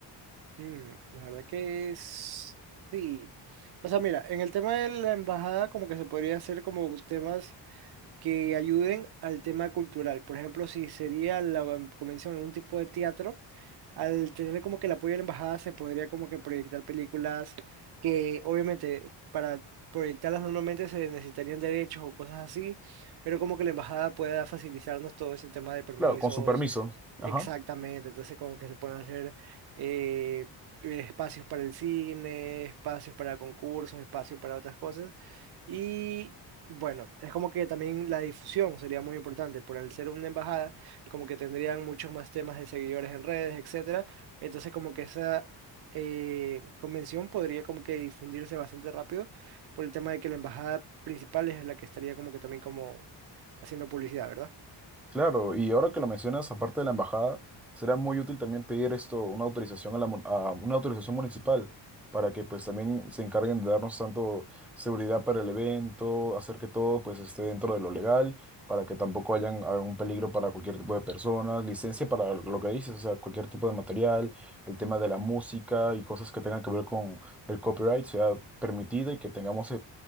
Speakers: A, on the right; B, in the centre.
A: Mm, la verdad que es... Sí. O sea, mira, en el tema de la embajada como que se podría hacer como temas que ayuden al tema cultural. Por ejemplo, si sería la um, convención en un tipo de teatro, al tener como que el apoyo de la embajada se podría como que proyectar películas que obviamente para proyectarlas normalmente se necesitarían derechos o cosas así, pero como que la embajada pueda facilitarnos todo ese tema de permisos
B: Claro, con su permiso.
A: Exactamente,
B: Ajá.
A: entonces como que se pueden hacer eh, espacios para el cine, espacios para concursos, espacios para otras cosas. Y bueno, es como que también la difusión sería muy importante, por al ser una embajada, como que tendrían muchos más temas de seguidores en redes, etcétera. Entonces como que esa eh, convención podría como que difundirse bastante rápido por el tema de que la embajada principal es la que estaría como que también como haciendo publicidad, ¿verdad?
B: Claro, y ahora que lo mencionas, aparte de la embajada, será muy útil también pedir esto, una autorización a la, mun- a una autorización municipal para que pues también se encarguen de darnos tanto seguridad para el evento, hacer que todo pues esté dentro de lo legal, para que tampoco hayan algún peligro para cualquier tipo de personas, licencia para lo que dices, o sea, cualquier tipo de material, el tema de la música y cosas que tengan que ver con el copyright sea permitida y que tengamos